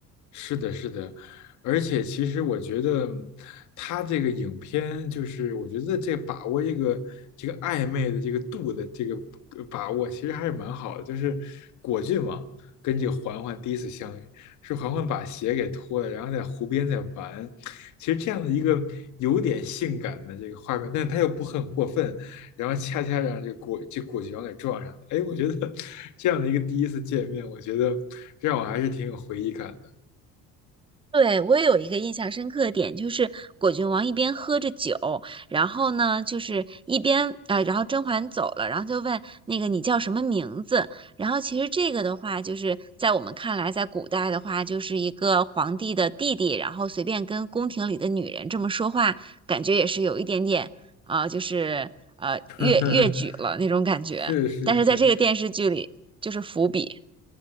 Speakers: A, on the left; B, on the right.
A: 是的，是的，而且其实我觉得他这个影片就是，我觉得这个把握这个这个暧昧的这个度的这个呃把握，其实还是蛮好的。就是果郡王跟这个嬛嬛第一次相遇，是嬛嬛把鞋给脱了，然后在湖边在玩。其实这样的一个有点性感的这个画面，但是他又不很过分，然后恰恰让这个果这果郡王给撞上了。哎，我觉得 <laughs> 这样的一个第一次见面，我觉得让我还是挺有回忆感的。
B: 对，我也有一个印象深刻的点，就是果郡王一边喝着酒，然后呢，就是一边啊、呃然后甄嬛走了，然后就问那个你叫什么名字？然后其实这个的话，就是在我们看来，在古代的话，就是一个皇帝的弟弟，然后随便跟宫廷里的女人这么说话，感觉也是有一点点啊、呃就是呃越越矩了那种感觉。
A: <laughs> 是是是，
B: 但是在这个电视剧里，就是伏笔。